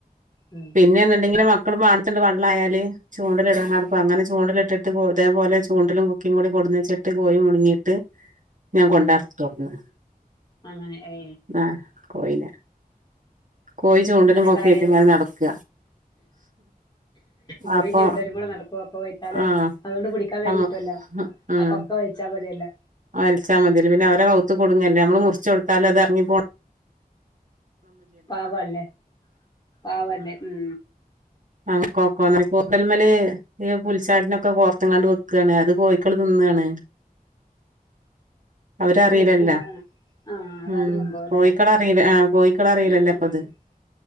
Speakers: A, on the left; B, on the right.
A: ഉം
B: പിന്നെന്ന് ണ്ടെങ്കില് മക് വ്ടെ മാനത്ത്ണ്ട് വെള്ളം ആയാല് ചൂണ്ടലിടാർപ്പ അങ്ങനെ ചൂണ്ടലിട്ട് ത് പോൽ തേപോലെ ചൂണ്ടലും കൊക്കയും കൂടി കൊടുന്ന് വച്ചിട്ട് കോയി മുണ്ങ്ങിട്ട് ഞാൻ കൊണ്ടർ
A: ഉം ആഹ്
B: തൊർന്ന്
A: അങ്ങനെ ഏ
B: ആഹ് കോയിനെ കോയി ചൂണ്ടലും
A: ഇങ്ങനൊക്കെ
B: കൊക്കിയായിട്ട്
A: ആയാലും
B: ഇങ്ങനെ നടക്ക
A: കോയി
B: അപ്പൊ
A: ചൂണ്ടലും കൂടെ നടപ്പു അപ്പോ വയ് ത്താലെ
B: ആഹ്
A: അതുകൊണ്ട് പിടിക്കാൻ വേ
B: നമ്മ
A: കുട്ടുല്ലോ
B: ഉം
A: ആ കൊക്ക വലിച്ചാ മതില്ലോ
B: വലിച്ചാ മതില്ലോ പിന്നെ അവരെ കൗത്ത് കുടുങ്ങല്ലേ മ്മള് മുറിച്ച് കൊടുത്താലും അത് എറങ്ങി പോണ്
A: പാവല്ലേ പാവല്ലേ ഉം
B: അക്ക <unintelligible> കൂട്ടതൽമല്ഈ പുൽച്ചാടിനൊക്കെ കോർത്തങ്ങാണ്ട് വെക്കാണ് അത് പോയിക്കുള്ളതൊന്നാണ് അവരറിയിലല്ല
A: വെക്കണ ആഹ് അതാണ്
B: ഉം
A: സംഭവം
B: കോഴിക്കള
A: ല്ലേ
B: അറിയില്ല ആ കോഴിക്കള അറിയിലല്ലേ
A: ആഹ്
B: ഇപ്പ
A: ആഹ്
B: അത്